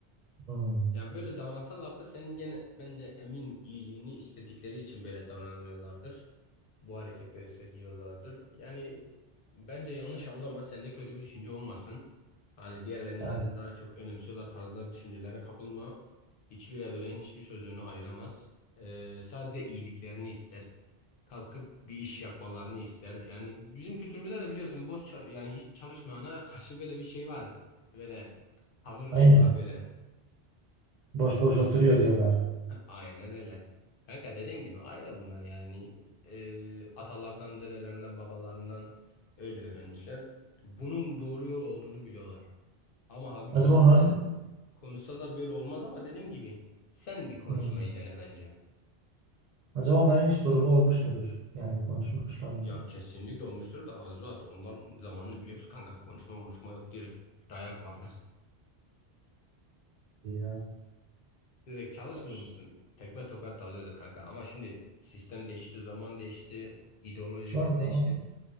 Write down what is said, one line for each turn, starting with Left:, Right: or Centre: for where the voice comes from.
Right: Hmm.
Left: Yani böyle davransalar da senin gene bence emin iyiliğini istedikleri için böyle davranıyorlardır. Bu hareketleri sergiliyorlardır. Yani bence yanlış anlama, sende kötü bir düşünce olmasın. Hani diğerlerini
Right: Ha,
Left: benden daha çok önemsiyorlar tarzında düşüncelere kapılma. Hiçbir ebeveyn hiçbir çocuğunu ayıramaz. Ee, sadece iyiliklerini ister. Kalkıp bir iş yapmalarını ister. Yani bizim kültürümüzde de biliyorsun boş ça- yani hiç çalışmayana karşı böyle bir şey var. Böyle tavır
Right: aynen.
Left: var böyle.
Right: Boş boş oturuyor diyorlar.
Left: Aynen öyle. Kanka dediğim gibi aile bunlar yani. Ee, atalardan, dedelerinden, babalarından öyle öğrenmişler. Bunun doğru yol olduğunu biliyorlar. Ama halbuki
Right: Acaba
Left: gelip
Right: onların
Left: seninle konuşsalar böyle olmaz ama dediğim gibi sen bir konuşmayı
Right: hmm,
Left: dene bence.
Right: acaba onların hiç sorunu olmuş mudur? Yani konuşmuşlar mıdır?
Left: Ya kesinlikle olmuştur da Azuat onların zamanını biliyorsun kanka. Konuşma konuşma yok direkt dayak vardır.
Right: Yani
Left: <laughs> Direkt çalışmıyor
Right: konuş.
Left: musun? Tekme tokat dalıyordu kanka ama şimdi sistem değişti, zaman değişti, ideolojiler
Right: Şu an zaman
Left: değişti.